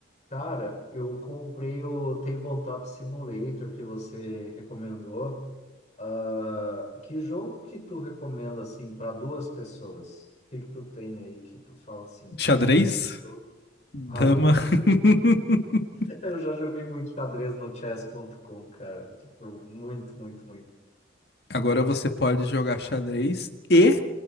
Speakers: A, on the left (about 35°); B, on the left (about 55°).
A: Cara, eu comprei o Tabletop Simulator que você recomendou. Ah, que jogo que tu recomenda assim para duas pessoas? O que que tu tem aí que tu fala assim?
B: Xadrez,
A: eu-
B: dama.
A: Além,
B: <laughs>
A: <laughs> eu já joguei muito xadrez no chess.com, cara. Tipo, muito, muito, muito.
B: Agora você pode jogar xadrez e